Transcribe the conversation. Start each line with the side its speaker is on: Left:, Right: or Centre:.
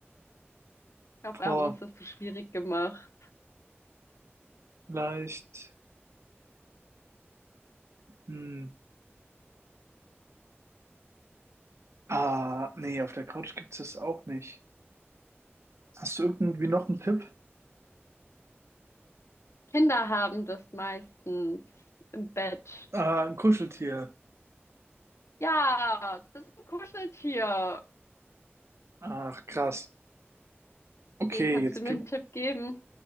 Left: Ich glaube,
Right: Boah,
Left: wir haben uns das zu schwierig gemacht.
Right: vielleicht. Hm. Ah, nee, auf der Couch gibt's das auch nicht. Hast du irgendwie noch einen Tipp?
Left: Kinder haben das meistens im Bett.
Right: Ah, ein Kuscheltier.
Left: Ja, das ist ein Kuscheltier.
Right: Ach, krass. Okay,
Left: Okay, kannst
Right: jetzt
Left: du mir
Right: gibt.
Left: einen Tipp geben?